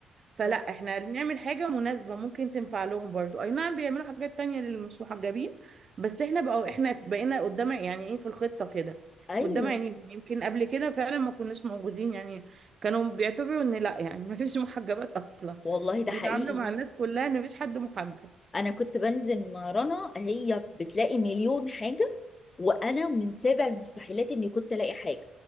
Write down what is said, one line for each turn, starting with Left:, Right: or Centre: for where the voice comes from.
Left: صح
Right: فلا احنا نعمل حاجة مناسبة ممكن تنفع لهم برضو اي نعم بيعملوا حاجات تانية للي مش محجبين بس احنا بقى احنا بقينا قدام يعني ايه في الخطة كده
Left: ايوه
Right: قدام يعني يمكن قبل كده فعلا ما كناش موجودين يعني كانوا بيعتبروا ان لا يعني ما فيش محجبات اصلا
Left: والله ده
Right: بيتعاملوا
Left: حقيقي
Right: مع الناس كلها ان مفيش حد محجب
Left: انا كنت بنزل مع رنا هي بتلاقي مليون حاجه وانا من سابع المستحيلات اني كنت الاقي حاجه